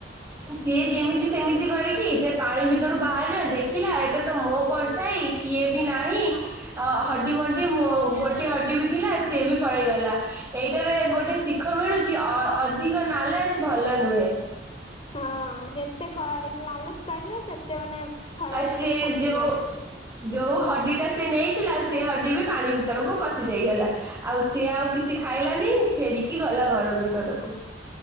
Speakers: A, on the right; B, on the left.
A: ସିଏ ଯେମିତି ସେମିତି କରିକି ସେ ପାଣି ଭିତରୁ ବାହାରିଲା, ଦେଖିଲା ଏଟେ ତ ମୋ ପରଛାଇ ଇଏ ବି ନାହିଁ। ଅ ହଡି ମଣ୍ଡି ମୋ ଗୋଟେ ହଡି ବି ଥିଲା, ସିଏ ବି ପଳେଇଗଲା। ଏଇଟାରେ ଗୋଟେ ଶିଖ ମିଳୁଛି ଅଧିକ ନାଲାଜ ଭଲ ନୁହେଁ।
B: ହଁ ଯେତେ ଲାଲଚ କରିବ ସେତେ ମାନେ ଖରାପ
A: ଆଉ, ସିଏ
B: ଇଏରେ ଫସିବ।
A: ଯଉ ଯୋଉ ହଡି ଟା ସେ ନେଇଥିଲା। ସେ ହଡି ବି ପାଣି ଭିତରକୁ ପଶି ଯାଇଗଲା। ଆଉ ସିଏ ଆଉ କିଛି ଖାଇଲାନି। ଫେରିକି ଗଲା ଘର ଭିତରକୁ।